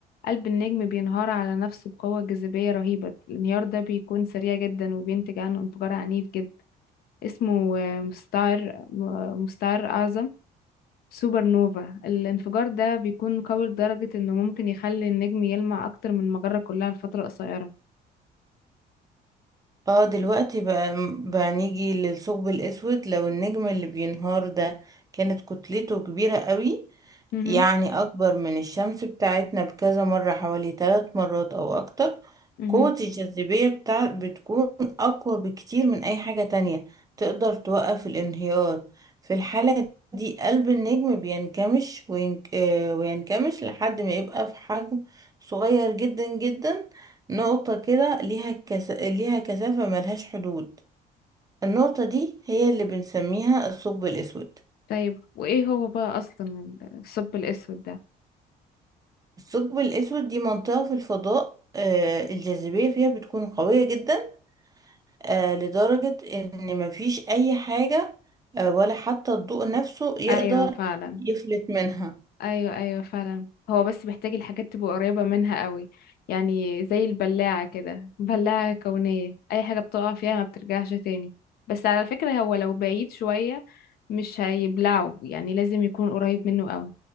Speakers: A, on the left (about 65°); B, on the right (about 20°).
A: قلب النجم بينهار على نفسه بقوة جاذبية رهيبة الانهيار ده بيكون سريع جدا وبينتج عنه انفجار عنيف جدا اسمه آه، مستعر م- مستعر أعظم سوبر نوفا الانفجار ده بيكون قوي لدرجة انه ممكن يخلي النجم يلمع أكتر من المجرة كلها لفترة قصيرة
B: اه دلوقتي بقى بقى نيجي للثقب الاسود لو النجم اللي بينهار ده كانت كتلته كبيرة قوي
A: مهم.
B: يعني اكبر من الشمس بتاعتنا بكذا مرة حوالي ثلاث مرات او اكتر
A: مهم.
B: قوة الجاذبية بتاع بتكون اقوى بكتير من اي حاجة تانية تقدر توقف الانهيار في الحالة دي قلب النجم بينكمش وين... آه، وينكمش لحد ما يبقى في حجم صغير جدا جدا نقطة كده ليها كس... ليها كثافة ملهاش حدود النقطة دي هي اللي بنسميها الثقب الأسود
A: طيب وإيه هو بقى أصلا الثقب الأسود ده
B: الثقب الأسود دي منطقة في الفضاء آه، الجاذبية فيها بتكون قوية جدا آه، لدرجة إن مفيش أي حاجة آه، ولا حتى الضوء نفسه يقدر
A: ايوه فعلا
B: يفلت منها
A: ايوه ايوه فعلا هو بس محتاج الحاجات تبقى قريبه منها قوي يعني زي البلاعه كده بلاعه كونيه اي حاجه بتقع فيها ما بترجعش تاني بس على فكره هو لو بعيد شويه مش هيبلعه يعني لازم يكون قريب منه قوي